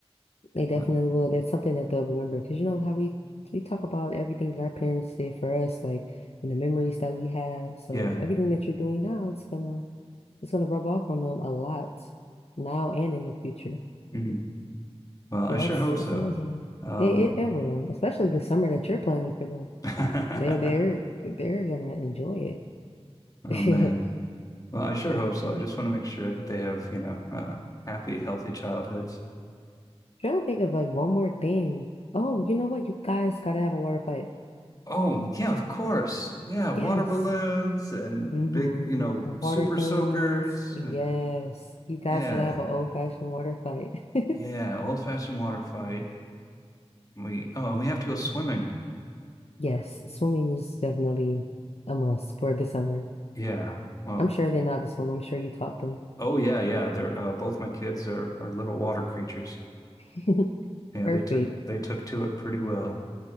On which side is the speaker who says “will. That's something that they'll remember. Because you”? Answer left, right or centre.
Left